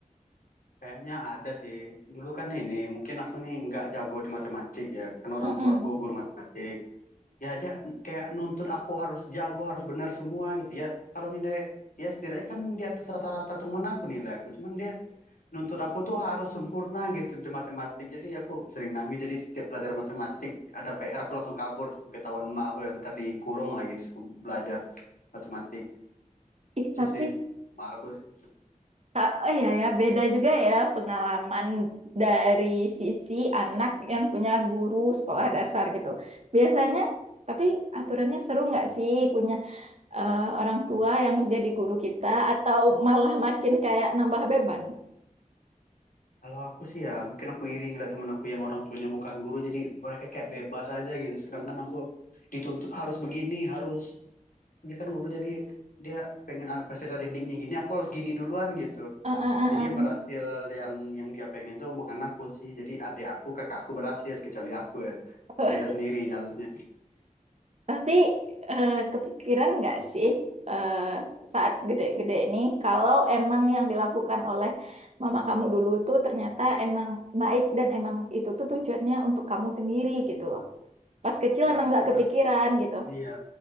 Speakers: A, on the left; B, on the right.
A: Kayaknya ada sih. Dulu kan ini, mungkin aku nih nggak jago di matematik ya, karena orang
B: Mm-mm.
A: tua aku guru matematik. Ya dia kayak nuntut aku harus jago, harus benar semua gitu ya. Kalau nilai, ya setidaknya kan di atas rata-rata temen aku nilai aku, cuman dia nuntut aku tuh harus sempurna gitu di matematik. Jadi aku sering nangis. Jadi setiap belajar matematik ada PR aku langsung kabur, tapi ketahuan emak aku yang tadi kurung lagi disuruh belajar matematik.
B: Ih,
A: itu
B: tapi
A: sih sama aku sih.
B: Ta- Oh iya ya, beda juga ya pengalaman dari sisi anak yang punya guru sekolah dasar gitu. Biasanya, tapi aturannya seru nggak sih punya eh, orang tua yang jadi guru kita atau malah makin kayak nambah beban?
A: Kalau aku sih ya mungkin aku iri ngeliat temen aku yang orang tuanya bukan guru jadi mereka kayak bebas aja gitu. Sedangkan aku dituntut harus begini, harus dia kan guru jadi dia pengen anak peserta didiknya gini, aku harus gini duluan gitu.
B: Eh, eh,
A: Jadi yang
B: eh,
A: berhasil yang yang dia pengen tuh bukan aku sih. Jadi adik aku, kakak aku berhasil kecuali aku ya.
B: eh.
A: Beda sendiri jalannya.
B: Tapi eh, kepikiran nggak sih eh, saat gede-gede ini kalau emang yang dilakukan oleh mama kamu dulu itu ternyata emang baik dan emang itu tuh tujuannya untuk kamu sendiri gitu loh. Pas kecil
A: Ya
B: emang
A: sebenarnya
B: nggak kepikiran gitu.
A: iya